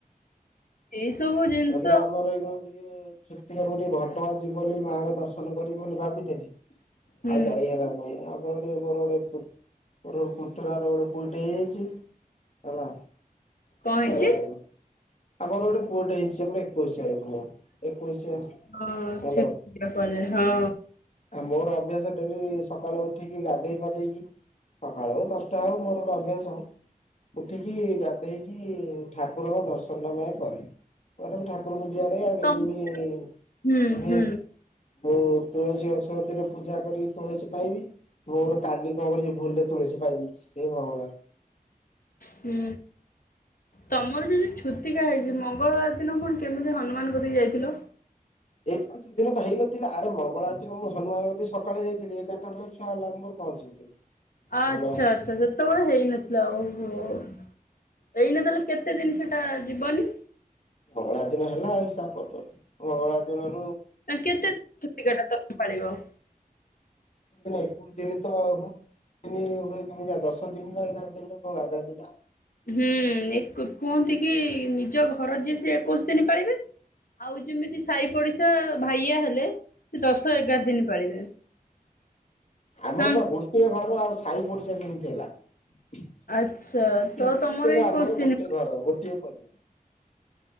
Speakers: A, on the left (about 65°); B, on the left (about 50°).
A: ଏସବୁ ଜିନିଷ
B: ତାପରେ ଆମର ଏଇଖୁଣା ଟିକେ ଛୁତିକା ଟିକେ ଘଟଗା ଯିବି ବୋଲି ମାଆଙ୍କ ଦର୍ଶନ କରିବି ବୋଲି ଭାବିଥିଲି।
A: ହୁଁ
B: ଆଉ ଯାାଇ ହେଲାନାଇଁ ଆମର ମୋର ଗୋଟେ ପୁ ମୋର ଗୋଟେ ପୁତୁରା ର ଗୋଟେ ପୁଅଟିଏ ହେଇଯାଇଛି ହେଲା।
A: କଣ ହେଇଛି?
B: ଆଉ ଆମର ଗୋଟେ ପୁଅଟେ ହେଇଛି। <unintelligible> ଏକୋଇଶିଆ ଏକୋଇଶିଆ
A: ହଁ
B: ହାଲୋ।
A: ଛୁତିକା କୁହାଯାଏ ହଁ
B: ଆ ମୋର ଅଭ୍ୟାସ ଡେଲି ସକାଳୁ ଉଠିକି ଗାଧେଇ ପାଧେଇକି ସକାଳ ହଉ ଦଶଟା ହଉ ମୋର ଅଭ୍ୟାସ ଉଠିକି ଗାଧେଇକି ଠା କୁରଙ୍କ ଦର୍ଶନ ମୁଁ ଆଗେ କରେ ଠାକୁରଙ୍କ <unintelligible> ଆଗେ
A: ତମ
B: ଯିମି-ଯିମି
A: ହୁଁ ହୁଁ
B: ଯୋଉ ତୁଳସୀ ଅ ବତୀର ପୂଜା କରିକି ତୁଳସୀ ପାଇବି ମୋର କାଲି <unintelligible> ଭୁଲରେ ତୁଳସୀ ପାଇ ଦେଇଛି ସେ ଭଗବାନ।
A: ହୁଁ। ତମର ଯଦି ଛୁତିକା ହେଇଛି ମଙ୍ଗଳବାର ଦିନ ପୁଣି କେମିତି ହନୁମାନ କତିକି ଯାଇଥିଲ?
B: ଏକୋଶି ଦିନ ପା ହେଇ ନଥିଲା ଆରେ ମଙ୍ଗଳବାର ଦିନ ମୁଁ ହନୁମାନ ତିକି ସକାଳେ ଯାଇଥିଲି ଏଗାର୍ ଟା ବେଳେ ଛୁଆ ହେଲା ମୋର ପହଞ୍ଚିଥିଲି।
A: ଆଚ୍ଛା
B: ଭଲ
A: ଆଚ୍ଛା ସେତେବେଳେ ହେଇନଥିଲା ଓହୋ। ଏଇନା ତାହେଲେ କେତେ ଦିନ ସେଟା ଯିବନି?
B: ମଙ୍ଗଳବାର ଦିନ ହେଲା ହିସାବ କରୁଚ ମଙ୍ଗଳାର ଦିନ
A: କେତେ ଛୁତିକା ଟା ତମେ ପଳିବ?
B: ଦିନ ଏକୋଇଶି ଦିନି ତ <unintelligible> ଦଶ ଦିନ ନା ଏଗାର ଦିନି କଣ ଗାଧାନ୍ତି।
A: ହୁଁ ଏକ କୁହନ୍ତି କି ନିଜ ଘର ଯିଏ ସିଏ ଏକୋଉଶି ଦିନି ପାଳିବେ। ଆଉ ଯେମିତି ସାହି ପଡିଶା ଭାଇଆ ହେଲେ ସେ ଦଶ ଏଗାର ଦିନି ପାଳିବେ। <unintelligible>
B: ଆମର
A: ହଁ
B: ପା ଗୋଟିଏ ଘର ଆଉ ସାଇ ପଡ଼ିଶା କେମିତି ହେଲା? ପିଙ୍କିକର
A: ଆଚ୍ଛା ତ ତମର ଏକୋଇଶି
B: ଆମର
A: ଦିନ
B: ଗୋଟେ ଘର ଗୋଟିଏ ପରିବାର।